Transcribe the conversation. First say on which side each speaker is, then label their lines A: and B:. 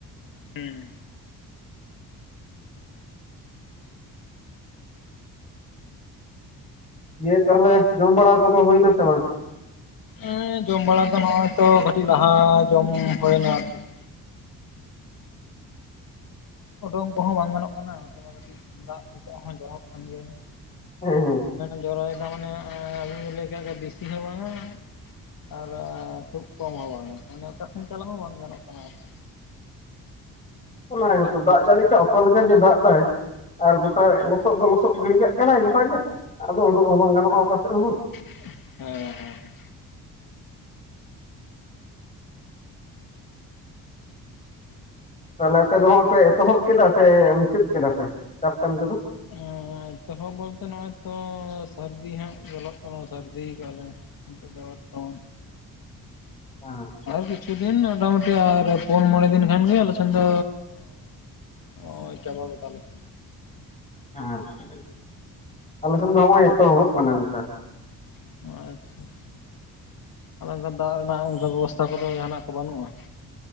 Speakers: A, on the left; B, on the left.
A: ᱦᱮᱸᱻ ᱾
B: ᱫᱤᱭᱮ ᱛᱟᱦᱚᱞᱮ, ᱡᱚᱢ ᱵᱟᱲᱟ ᱠᱚᱫᱚ, ᱦᱩᱭ ᱮᱱᱟ ᱥᱮ ᱵᱟᱝ?
A: ᱮᱸᱻᱡᱚᱢ ᱵᱟᱲᱟ ᱫᱚ ᱱᱚᱜᱼᱚᱭ ᱛᱚ, ᱠᱟᱹᱴᱤᱡ ᱞᱟᱦᱟ, ᱡᱚᱢ ᱦᱩᱭᱮᱱᱟ, ᱟᱨᱠᱤ ᱾ ᱟᱸᱼ ᱩᱰᱩᱝ ᱠᱚᱦᱚᱸ, ᱵᱟᱝ ᱜᱟᱱᱚᱜ ᱠᱟᱱᱟ ᱾ ᱱᱚᱛᱮ ᱢᱟ, ᱠᱟᱹᱴᱤᱡ ᱫᱟᱜ, ᱱᱤᱛᱚᱜ ᱦᱚᱸ, ᱡᱚᱨᱚᱜ ᱠᱟᱱ ᱜᱮᱭᱟ ᱾
B: ᱮᱸᱻ ᱾
A: ᱚᱠᱟ ᱴᱟᱜ, ᱡᱚᱨᱚᱭ ᱮᱫᱟ, ᱢᱟᱱᱮ, ᱚᱸᱻᱭ <inaudible> ᱵᱤᱥᱤ ᱦᱚᱸ ᱵᱟᱝᱟ ᱾ ᱟᱨ, ᱠᱷᱩᱵ ᱠᱚᱢ ᱦᱚᱸ ᱵᱟᱝᱟ, ᱢᱟᱱᱮ, ᱚᱠᱟ ᱥᱮᱱ ᱪᱟᱞᱟᱜ ᱦᱚᱸ, ᱵᱟᱝ ᱜᱟᱱᱚᱜ ᱠᱟᱱᱟ, ᱟᱨᱠᱤ ᱾
B: ᱚᱱᱟ ᱜᱮᱛᱚ,
A: ᱚᱲᱟᱜ
B: ᱫᱟᱜ
A: ᱠᱷᱚᱱ᱾
B: ᱡᱟᱹᱲᱤ ᱴᱟᱜ, ᱚᱠᱟ ᱞᱮᱠᱟ ᱡᱮ, ᱫᱟᱜ ᱮᱫᱟᱭ ᱾ ᱟᱨ, ᱜᱚᱴᱟ ᱞᱚᱥᱚᱫ ᱫᱚ, ᱞᱚᱥᱚᱫ ᱜᱤᱰᱤ ᱠᱟᱜ ᱠᱟᱱᱟᱭ ᱜᱚᱴᱟᱜ ᱜᱮ ᱾ ᱟᱫᱚ ᱩᱰᱩᱜ ᱦᱚᱸ, ᱵᱟᱝ ᱜᱟᱱᱚᱜᱼᱟ, ᱚᱠᱟ ᱥᱮᱫ ᱦᱚᱸ ᱾ ᱵᱟᱝ
A: <inaudible> ᱦᱮᱸ ᱦᱮᱸ ᱾
B: ᱛᱟᱦᱟᱞᱮ, ᱟᱯᱮ ᱫᱚ ᱦᱟᱸᱜ ᱯᱮ, ᱮᱛᱚᱦᱚᱵ ᱠᱮᱫᱟ ᱥᱮ, ᱢᱩᱪᱟᱹᱫ ᱠᱮᱫᱟ ᱯᱮ, ᱪᱟᱥ ᱠᱟᱹᱢᱤ ᱠᱚᱫᱚ?
A: ᱦᱮᱸᱻ, ᱮᱛᱚᱦᱚᱵ ᱵᱚᱞᱛᱮ, ᱱᱚᱜᱼᱚᱭ ᱛᱚ, ᱥᱟᱹᱨᱫᱤ ᱦᱟᱸᱜ ᱧᱚᱞᱚᱜ ᱠᱟᱱᱟ, ᱥᱟᱹᱨᱫᱤ ᱟᱠᱟᱜᱼᱟ ᱞᱮ ᱾ ᱱᱤᱛᱚᱜ ᱫᱚ ᱛᱚ <unintelligible>
B: ᱟᱸᱻᱪ ᱾
A: ᱟᱨ ᱠᱤᱪᱷᱩ ᱫᱤᱱ, ᱢᱳᱴᱟ ᱢᱩᱴᱤ ᱟᱨ ᱯᱩᱱ ᱢᱚᱬᱮ ᱫᱤᱱ, ᱠᱷᱟᱱ ᱜᱮ, ᱟᱞᱮ ᱥᱮᱱ ᱫᱚᱻ ᱦᱚᱭ, ᱪᱟᱵᱟ ᱜᱚᱫᱟᱞᱮ ᱾
B: ᱟᱻᱪᱪᱷᱟ, ᱟᱞᱮ ᱥᱮᱫ ᱫᱚ, ᱦᱚᱸᱜᱼᱚᱭ ᱮᱛᱚᱦᱚᱵᱚᱜ ᱠᱟᱱᱟ, ᱱᱮᱛᱟᱨ
A: ᱟᱻᱪᱪᱷᱟ, ᱪᱪᱷᱟ ᱟᱼᱪᱪᱷᱟ ᱾ ᱟᱫᱚ, ᱚᱱᱠᱟᱱ ᱫᱟᱜ ᱨᱮᱱᱟᱜ, ᱚᱱᱠᱟ ᱵᱮᱵᱚᱥᱛᱷᱟ ᱠᱚᱫᱚ, ᱡᱟᱦᱟᱱᱟᱜ ᱠᱚ, ᱵᱟᱹᱱᱩᱜᱼᱟ ᱾